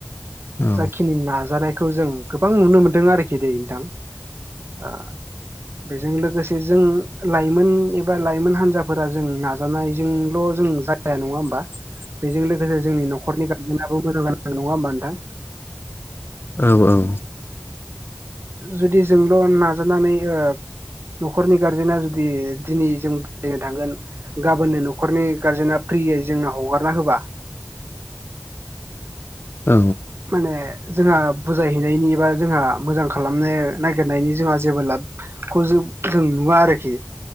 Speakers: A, on the left (about 65°); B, on the right (about 80°).
A: औ
B: जाखिनि नाजानायखौ जों गोबां नुनो मोनदों आरोखि नोंथां। आ बेजों लोगोसे जों लाइमोन एबा लाइमोन हान्जाफोरा जों नाजानायजोंल' जों ज जाया नङा होमबा।
A: <inaudible>
B: बेजों लोगोसे जोंनि न'खरनि गारजेनाबो मोजां जानांगोन नङा होमबा नोंथां।
A: औ, औ
B: जुदि जोंल' नाजानानै ओ न'खरनि गार्जेना जुदि दिनै जों बुजायनो थांगोन गाबोननो न'खरनि गारजेना फ्रियै जोंनो हगारना होबा
A: औ
B: माने जोंहा बुजायहैनायनि बा जोंहा मोजां खालामनो नागिरनायनि जोंहा जेबो लाब खौ जों जों नुवा आरोखि।